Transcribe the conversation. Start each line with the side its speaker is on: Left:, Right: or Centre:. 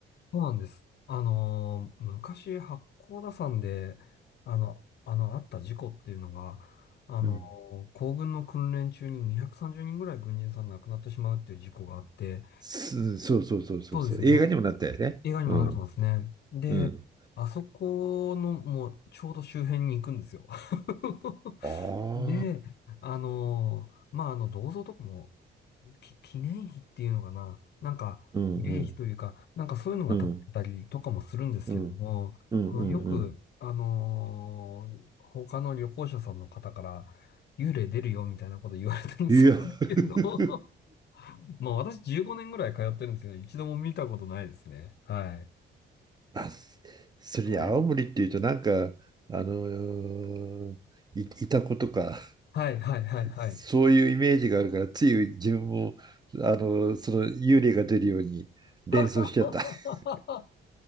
Left: そうなんです。あのー昔、八甲田山で、あの、あの、あった事故っていうのが、あのー行軍の訓練中に230人ぐらい軍人さん亡くなってしまうっていう事故があって、
Right: うん。すそうそうそうそうそう。
Left: そうですよね。
Right: 映画にもなったよね。
Left: 映画にもなってますね。
Right: うん。
Left: で、
Right: うん。
Left: あそこの、もう、ちょうど周辺に行くんですよ。<laughs>
Right: ああ。
Left: で、あのーまあ、あの、銅像とかも、き記念碑っていうのかな、なんか、
Right: うんうん
Left: 慰霊碑というか、なんかそういうのが立ってたりとかもするんですけども、
Right: うん。うん、うん、
Left: あの、
Right: うん、
Left: よく、
Right: うん。
Left: あのー他の旅行者さんの方から、幽霊出るよみたいなこと言われたりするんですけど、
Right: いや、<laughs>
Left: <laughs> まあ私15年ぐらい通ってるんですけど、一度も見たことないですね。はい。
Right: あ、それに青森っていうとなんか、
Left: はい。
Right: あのい、いたことか、
Left: はい、はい、はい、はい。
Right: そういうイメージがあるから、つい自分も、あの、その幽霊が出るように連想しちゃった。
Left: <laughs>
Right: <laughs>